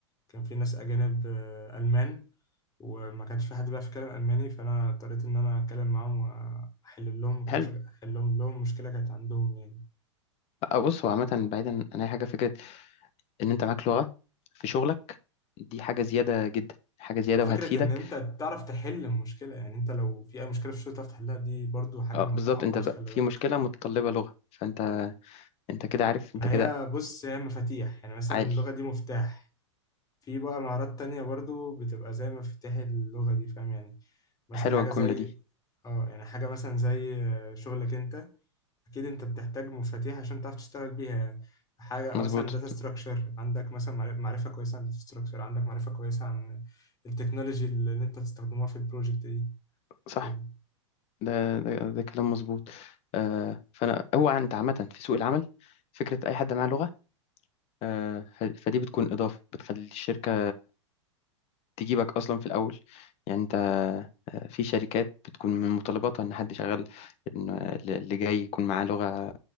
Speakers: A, on the left (about 25°); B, on the left (about 40°).
A: كان في ناس أجانب آه، ألمان وما كانش في حد بيعرف يتكلم ألماني فأنا اضطريت إن أنا أتكلم معاهم وأحل لهم
B: حلو
A: عشان أحل لهم مشكلة كانت عندهم يعني
B: آه، بص هو عامة بعيدا عن أي حاجة فكرة إن أنت معاك لغة في شغلك دي حاجة زيادة جدا حاجة زيادة
A: وفكرة
B: وهتفيدك
A: إن أنت تعرف تحل المشكلة يعني أنت لو في أي مشكلة في الشغل تعرف تحلها دي برضو حاجة
B: اه
A: ما
B: بالظبط
A: تتعوضش
B: أنت بقى
A: خلي
B: في
A: بالك
B: مشكلة متطلبة لغة فأنت أنت كده عارف
A: ما
B: أنت كده
A: هي بص هي مفاتيح يعني مثلا
B: عالي
A: اللغة دي مفتاح في بقى مهارات تانية برضو بتبقى زي مفاتيح اللغة دي فاهم يعني مثلا
B: حلوة
A: حاجة
B: الجملة
A: زي
B: دي
A: اه يعني حاجة مثلا زي آه، شغلك انت اكيد انت بتحتاج مفاتيح عشان تعرف تشتغل بيها يعني حاجة
B: مظبوط
A: مثلا داتا ستراكشر عندك مثلا معرف- معرفة كويسة عن داتا ستراكشر عندك معرفة كويسة عن التكنولوجي اللي اللي انت تستخدمها في البروجكت دي
B: صح
A: كده
B: ده ده, ده كلام مظبوط آه فأنا هو أنت عامة في سوق العمل فكرة أي حد معاه لغة آه، ف- فدي بتكون إضافة بتخلي الشركة تجيبك أصلا في الأول يعني أنت آه، في شركات بتكون من متطلباتها إن حد شغال إن اللي جاي يكون معاه لغة